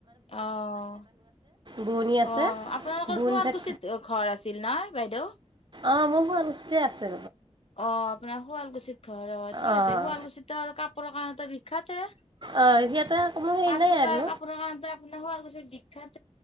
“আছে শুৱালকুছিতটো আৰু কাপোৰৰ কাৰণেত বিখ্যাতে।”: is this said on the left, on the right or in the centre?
Left